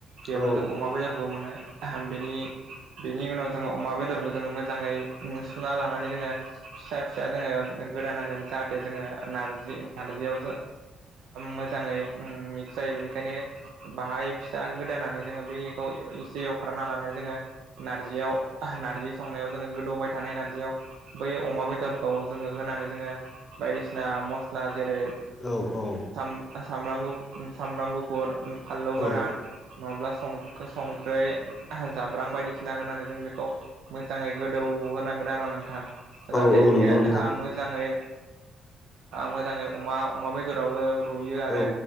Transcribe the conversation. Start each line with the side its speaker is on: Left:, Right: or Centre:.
Right: बेयावनो
Left: औ
Right: जों अमा बेदरखौ मोनो बेनि बेनि उनाव जोङो अमा बेदरखौ जोङो मोजाङै सुना लानानै जोङो फिसा फिसा जोङो गोदानांगोन जा जोङो नारजि नारजियाव मोजाङै मिक्स जायो बेनिखायनो बाहाय फिसा गोदानानै जोङो बेै खौ एसे एवफ्राना लानाय जोङो नारजियाव नारजि संनायाव जोङो गोदौबाय थानाय नारजियाव बै अमा बेदरखौ जोङो होनानै जोङो बायदिसिना मस्ला जेरै
Left: औ औ औ
Right: सामब्राम गुफु सामब्राम गुफुर फानलौ
Left: औ
Right: गोरान नङाब्ला संख्रै जाब्रां बायदिसिना होनानै जों बेखौ मोजाङै गोदौ होनांगोन आरो नोंथां जाहाथे
Left: औ औ
Right: बियो
Left: नंगौ नोंथां
Right: मोजाङै मोजाङै अमा अमा बेदरावबो रुयो आरो
Left: औ